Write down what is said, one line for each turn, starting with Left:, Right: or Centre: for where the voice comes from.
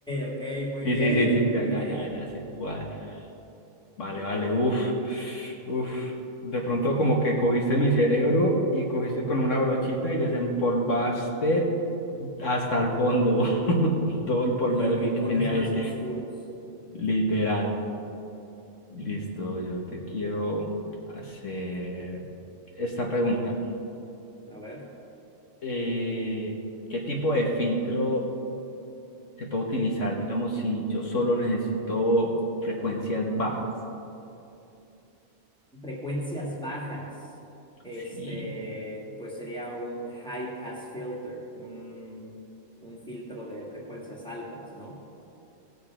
Centre: ok, muy
Left: Sí,
Centre: bien,
Left: sí, sí, sí,
Centre: muy
Left: ya, ya,
Centre: bien,
Left: ya, ya sé cuál. Vale,
Centre: muy
Left: vale,
Centre: bien.
Left: uff, uff. De pronto como que cogiste mi cerebro y cogiste con una brochita y desempolvaste hasta el fondo <laughs> todo el polvero
Centre: en los rincones
Left: que tenía
Centre: más
Left: ahí,
Centre: oscuros.
Left: literal. Listo, yo te quiero hacer esta pregunta.
Centre: A ver.
Left: Eh, ¿qué tipo de filtro se puede utilizar, digamos, si yo solo necesito frecuencias bajas?
Centre: Frecuencias bajas. Este,
Left: Sí.
Centre: pues sería un high pass filter, un, un filtro de frecuencias altas, ¿no?